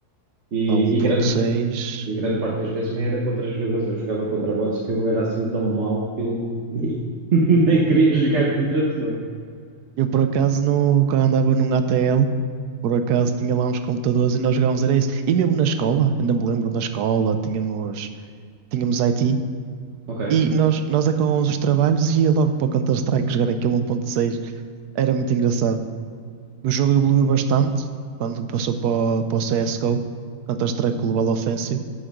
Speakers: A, on the right; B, on the right.
A: E,
B: Pá, um
A: e,
B: ponto
A: grande,
B: seis
A: e grande parte das vezes nem era contra jogadores, eu jogava contra bots que eu era assim tão mau que eu <laughs> nem queria jogar contra a pessoa
B: Eu por acaso no, quando andava num ATL, por acaso tinha lá uns computadores e nós jogávamos, era isso. E mesmo na escola, ainda me lembro, na escola tínhamos, tínhamos IT
A: Ok.
B: e nós, nós acabávamos os trabalhos e ia logo para o Counter-Strike jogar aquilo 1.6. Era muito engraçado. O jogo evoluiu bastante quando passou para, o- para o CSGO, Counter-Strike Global Offensive.